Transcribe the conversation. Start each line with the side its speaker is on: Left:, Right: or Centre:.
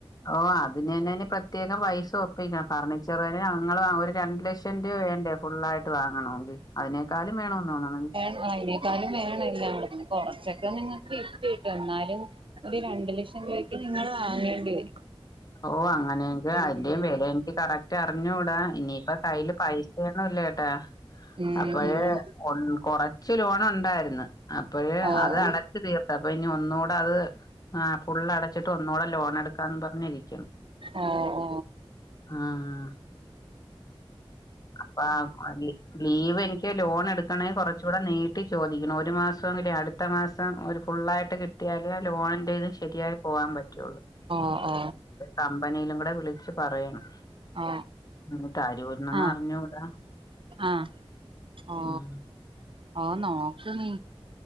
Left: ഓ അതിനെന്നെഞ്ഞ് പ്രത്യേകം പൈസ ഒപ്പിക്കണം. ഫർണിച്ചർ ഞങ്ങള് ഒരു രണ്ടു ലക്ഷം രൂപ വേണ്ടേ ഫുള്ളായിട്ട് വാങ്ങണോങ്കിൽ. അതിനേക്കാലും വേണം തോന്നു
Right: ആ അയ്നെക്കാളും വേണം എല്ലാം. കൊറച്ചൊക്കെ നിങ്ങൾക്ക് കിട്ടും എന്നാലും ഒരു രണ്ട് ലക്ഷം രൂപക്ക് നിങ്ങള് വാങ്ങേണ്ടി വരും.
Left: ഓ അങ്ങനെയങ്ക
Right: ഉം
Left: അയ്ന്റേം വെല എനിക്ക് കറക്റ്റ് അറിഞ്ഞൂടാ. ഇനിയിപ്പോ കയ്യിൽ പൈസ ഒത്തിരിയൊന്നുമില്ല കേട്ടോ.
Right: ഉം ഉം
Left: അപ്പോളേ
Right: ഉം
Left: കൊറച്ച് ലോനുണ്ടായിരുന്നു അപ്പഴേ
Right: ഓ
Left: അത്
Right: ഓ
Left: അടച്ചു തീർത്ത അപ്പൊ ഇനി ഒന്നുകൂടെ അത് ആഹ് ഫുള്ള് അടച്ചിട്ട് ഒന്നൂടെ ലോൺ എടുക്കാന്ന് പറഞ്ഞു ഇരിക്കുന്ന
Right: ഓ ഓ
Left: ആ അപ്പോ ലീവ് എനിക്ക് ലോൺ എടുക്കണ കൊറച്ച് ഇവിടെ നീട്ടി ചോദിക്കണം ഒരു മാസമെങ്കിലേ അടുത്ത മാസം ഒരു ഫുള്ളായിട്ട് കിട്ടിയാലെ ലോൺ ചെയത് ശരിയായി പോകാൻ പറ്റുള്ളൂ
Right: ഓ ഓ
Left: കമ്പനിയിലും കൂടെ വിളിച്ചു പറയണം
Right: ആ
Left: ഇനി തരൂന്നൊന്നും
Right: ആ
Left: അറിഞ്ഞൂടാ
Right: ആ ഓ..
Left: ഉം
Right: ഓ നോക്ക് നീ